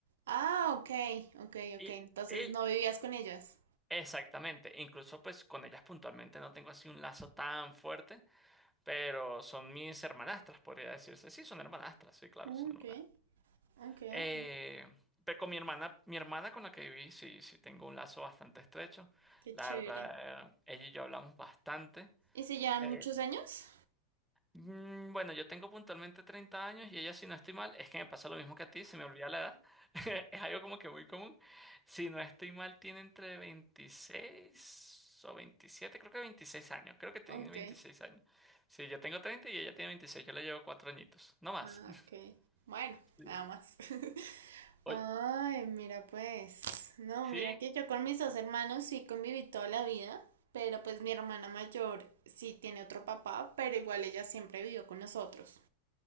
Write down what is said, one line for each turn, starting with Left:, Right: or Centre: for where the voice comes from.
Right: Ah, ok, ok,
Centre: Y
Right: ok. Entonces
Centre: él,
Right: no vivías con ellas.
Centre: exactamente. Incluso pues con ellas puntualmente no tengo así un lazo tan fuerte, pero son mis hermanastras, podría decirse. Sí, son hermanastras, sí, claro,
Right: Ah,
Centre: son
Right: Ok,
Centre: hermanas.
Right: ok,
Centre: Eh,
Right: ok.
Centre: pero con mi hermana, mi hermana con la que viví, sí, sí tengo un lazo bastante estrecho.
Right: Qué
Centre: La
Right: chévere.
Centre: verdad, eh, ella y yo hablamos bastante.
Right: ¿Y si llevan
Centre: eh,
Right: muchos años?
Centre: Mm, Bueno, yo tengo puntualmente 30 años y ella, si no estoy mal, es que me pasa lo mismo que a ti, se me olvida la edad. <laughs> Es algo como que muy común. Si no estoy mal, tiene entre veintiséis o 27, creo que 26 años. Creo que tiene
Right: Ok,
Centre: 26 años. Sí, yo tengo 30 y ella tiene 26. yo le llevo cuatro añitos, no más.
Right: ah,
Centre: <laughs>
Right: ok. Bueno,
Centre: Sí.
Right: nada más. <laughs>
Centre: Oye,
Right: Ay, mira pues. No,
Centre: sí,
Right: mira que yo con mis dos hermanos sí conviví toda la vida, pero pues mi hermana mayor sí tiene otro papá, pero igual ella siempre vivió con nosotros.